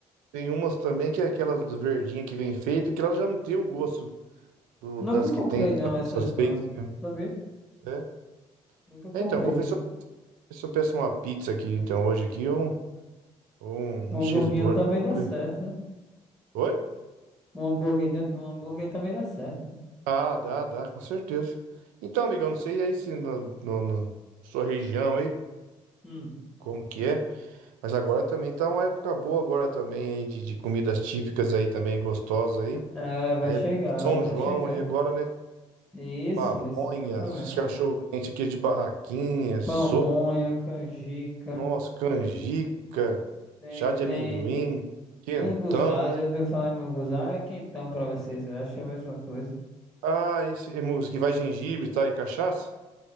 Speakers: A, on the right; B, in the centre.
A: tem umas também que é aquelas do verdinha que vem feita, que elas já não tem o gosto do-
B: Nunca
A: das
B: comprei,
A: que tem
B: não, essas
A: essas
B: não.
A: feitas mesmo.
B: Sabia?
A: É,
B: Nunca
A: É,
B: comprei.
A: então, vou ver se eu, se eu peço uma pizza aqui, então, hoje aqui, ou um, ou um,
B: Um
A: um cheeseburger.
B: hamburguinho também dá
A: Vamos
B: certo,
A: ver.
B: né?
A: Oi?
B: Um hamburguinho, um hambúrguer também dá certo, né?
A: Ah, dá, dá, com certeza. Então, amigão, não sei aí se na no- no- sua região aí,
B: Hum.
A: como que é, mas agora também tá uma época boa agora também aí de, de comidas típicas aí também, gostosas aí.
B: É, vai
A: Aí
B: chegar,
A: é São
B: tá
A: João
B: chegando.
A: aí agora, né?
B: Isso,
A: Pamonhas,
B: isso, exatamente.
A: cachorro-quente aqui de barraquinha, sopa,
B: Pamonha, canjica,
A: nossa, canjica,
B: tem,
A: chá de
B: tem.
A: amendoim, quentão,
B: Munguzá,
A: né?
B: já ouviu falar em Munguzá? É quentão pra vocês, eu acho que é a mesma coisa.
A: Ah, esse é música que vai gengibre, tá? E cachaça?